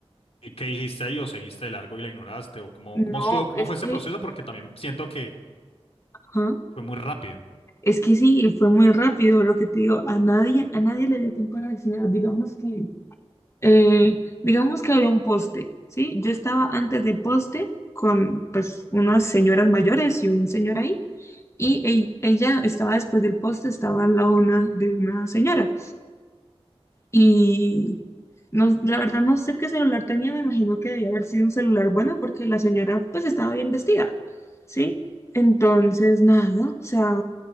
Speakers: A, on the left; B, on the left.
A: qué dijiste ahí, o seguiste de largo y la ignoraste, o cómo,
B: No,
A: cómo, su- cómo
B: es
A: fue
B: que,
A: ese proceso, porque también siento que
B: ajá,
A: fue muy rápido,
B: Es que sí, fue muy rápido lo que te digo, a nadie, a nadie le dio tiempo de reaccionar, digamos que, eh, digamos que había un poste, ¿sí? Yo estaba antes del poste con, pues, unas señoras mayores y un señor ahí, Y e- ella estaba después del poste, estaba al lado una, de una señora. Y no, la verdad no sé qué celular tenía, me imagino que debía haber sido un celular bueno porque la señora pues estaba bien vestida, ¿sí? Entonces, nada, o sea,